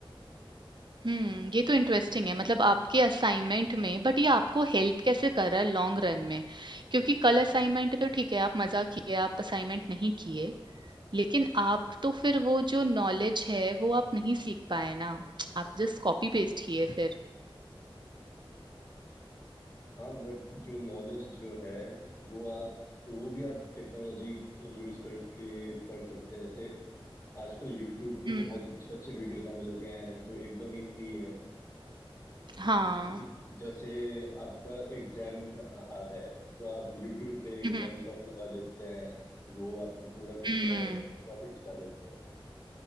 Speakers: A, on the right (about 55°); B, on the left (about 35°).
A: हम्म ये तो इंटरेस्टिंग है मतलब आपके असाइनमेंट में बट ये आपको हेल्प कैसे कर रहा है लॉन्ग रन में क्योंकि कल असाइनमेंट तो ठीक है आप मजा किए आप असाइनमेंट नहीं किए लेकिन आप तो फिर वो जो नॉलेज है, वो आप नहीं सीख पाए ना। आप जस्ट कॉपी पेस्ट किए फिर।
B: हाँ बट जो नॉलेज जो है वो आप वो भी आप टेक्नोलॉजी यूज करके पढ़ सकते हैं जैसे आजकल यूट्यूब पे
A: हुँ,
B: ही बहुत अच्छे अच्छे वीडियोस आने लगे हैं जो एकदम ही फ्री हैं
A: हाँ।
B: कि- जैसे आपका एग्जाम आ आ रहा है तो आप यूट्यूब पे एक
A: हुँ, हुँ,
B: वन शॉट लगा देते हैं वो आपको पूरा का
A: हुँ,
B: पूरा टॉपिक सिखा देता है